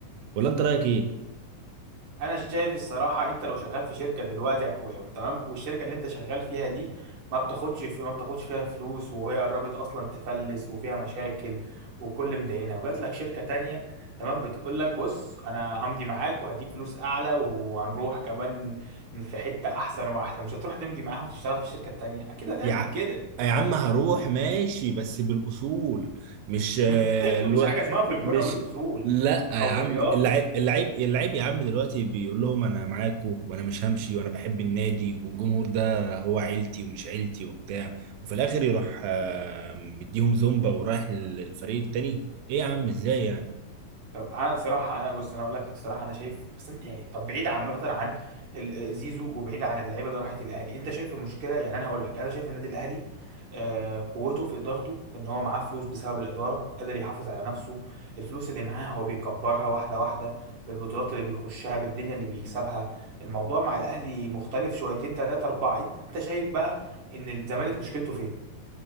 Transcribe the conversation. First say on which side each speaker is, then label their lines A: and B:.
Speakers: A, on the right (about 80°); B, on the right (about 45°).
A: ولا انت رايك ايه؟
B: انا شايف الصراحه انت لو شغال في شركه دلوقتي يا اخويا وتمام والشركه اللي انت شغال فيها دي ما بتاخدش في ما بتاخدش فيها فلوس وهي قربت اصلا تفلس وفيها مشاكل وكل مدينه وجات لك شركه تانية تمام بتقول لك بص انا همضي معاك وهديك فلوس اعلى وهنروح كمان في حته احسن واحسن مش هتروح تمضي معاها وتشتغل في الشركه التانية اكيد هتعمل
A: يا ع-
B: كده
A: يا عم هروح ماشي بس بالأصول مش آه،
B: <laughs> مفيش
A: الو...
B: حاجه اسمها في الكوره
A: مش
B: بالاصول
A: لا يا
B: او
A: عم
B: في الرياضه
A: اللعيب اللعيب اللعيب يا عم دلوقتي بيقول لهم انا معاكم وانا مش همشي وانا بحب النادي والجمهور ده هو عيلتي ومش عيلتي وبتاع وفي الاخر يروح آه، مديهم زومبا ورايح للفريق التاني ايه يا عم ازاي يعني
B: طب انا صراحه انا بص انا اقول لك الصراحه انا شايف بس انت يعني طب بعيد عامه عن ال- آه، زيزو وبعيد عن اللعيبه اللي راحت الاهلي انت شايف المشكله يعني انا هقول لك انا شايف النادي الاهلي آه قوته في ادارته في ان هو معاه فلوس بسبب الاداره قادر يحافظ على نفسه الفلوس اللي معاه هو بيكبرها واحده واحده بالبطولات اللي بيخشها بالدنيا اللي بيكسبها الموضوع مع الاهلي مختلف شويتين ثلاثه اربعه انت شايف بقى ان الزمالك مشكلته فين